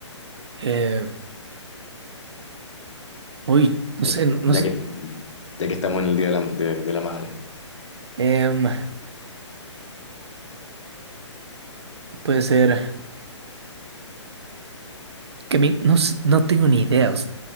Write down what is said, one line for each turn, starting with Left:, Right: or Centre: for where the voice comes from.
Right: Eh, uy, no
Left: Ya
Right: sé,
Left: que,
Right: no, no
Left: ya
Right: sé.
Left: que, ya que estamos en el Día de la, de- de la Madre.
Right: Em, puede ser que mi- no, s- no tengo ni idea. o s-